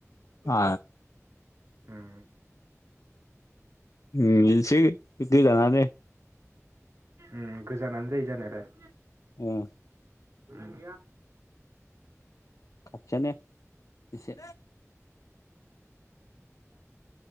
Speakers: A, on the right (about 60°); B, on the left (about 85°).
A: उम
B: आ उम इसे गोजाननानो।
A: उम गोजानानो जायो जानायालाय।
B: उम
A: उम
B: खाथियानो। एसे।